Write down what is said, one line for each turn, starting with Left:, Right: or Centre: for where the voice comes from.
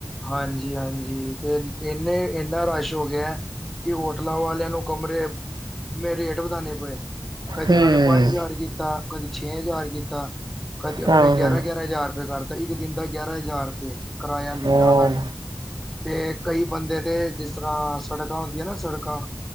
Centre: ਹਾਂਜੀ ਹਾਂਜੀ ਤੇ ਇੰਨੇ ਇੰਨਾ ਰਸ਼ ਹੋ ਗਿਆ ਕਿ ਹੋਟਲਾਂ ਵਾਲਿਆਂ ਨੂੰ ਕਮਰੇ ਮੇ ਰੇਟ ਵਧਾਣੇ ਪਏ ਕਦੀ
Right: ਹੂੰ
Centre: ਉਹਨਾਂ ਨੇ ਪੰਜ ਹਜ਼ਾਰ ਕੀਤਾ, ਕਦੀ ਛੇ ਹਜ਼ਾਰ ਕੀਤਾ ਕਦੀ ਉਹਨਾਂ
Right: ਹਾਂ-ਹਾਂ।
Centre: ਨੇ ਗਿਆਰਹ ਗਿਆਰਹ ਹਜ਼ਾਰ ਰੁਪਏ ਕਰਤਾ ਤਾਂ ਇੱਕ ਦਿਨ ਦਾ ਗਿਆਰਾਂਹ ਹਜ਼ਾਰ ਰੁਪਏ ਕਿਰਾਇਆ ਲਿੱਤਾ
Right: ਹਾਂ
Centre: ਉਹਨਾਂ ਨੇ ਤੇ ਕਈ ਬੰਦੇ ਤੇ ਜਿਸ ਤਰ੍ਹਾਂਹ ਸੜਕਾਂ ਹੂ ਹੁੰਦੀਆਂ ਨਾ ਸੜਕਾਂ,